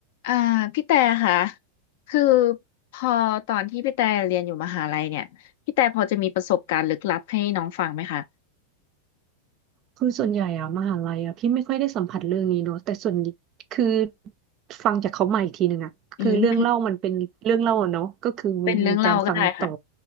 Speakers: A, on the left (about 50°); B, on the right (about 35°).
A: อ่าพี่แต่ค่ะคือพอตอนที่พี่แต่เรียนอยู่มหาลัยเนี่ยพี่แต่พอจะมีประสบการณ์ลึกลับให้น้องฟังไหมคะ
B: คือส่วนใหญ่อะมหาลัยอะพี่ไม่ค่อยได้สัมผัสเรื่องนี้เนอะแต่ส่วนคือฟังจากเขามาอีกทีหนึ่งอะคือเรื่องเล่ามันเป็นเรื่องเล่าอะเนาะก็คือมีมีการฟังต่อ
A: อืมเป็นเป็นเรื่องเล่าก็ได้ค่ะ